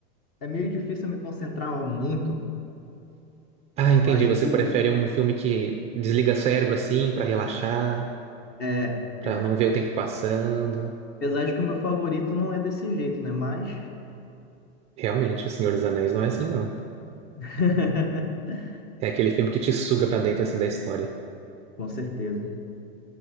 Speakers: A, on the left (about 35°); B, on the right (about 20°).
A: é meio difícil eu me concentrar muito.
B: Ah, entendi.
A: Eu acho
B: Você
A: que
B: prefere um filme que desliga o cérebro assim, pra relaxar,
A: é
B: pra
A: é.
B: não ver o tempo passando.
A: Apesar de que o meu favorito não é desse jeito, né? Mas.
B: Realmente, O Senhor dos Anéis não é assim, não.
A: <laughs>
B: É aquele filme que te suga pra dentro assim da história.
A: Com certeza.